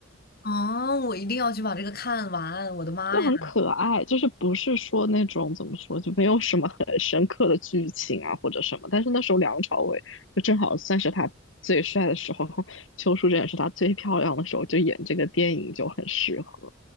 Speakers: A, on the left; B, on the left.
A: 啊！我一定要去把这个看完，我的妈呀，
B: 就很可爱，就是不是说那种怎么说，就没有什么很深刻的剧情啊或者什么。但是那时候梁朝伟就正好算是他最帅的时候，邱淑贞也是他最漂亮的时候，就演这个电影就很适合。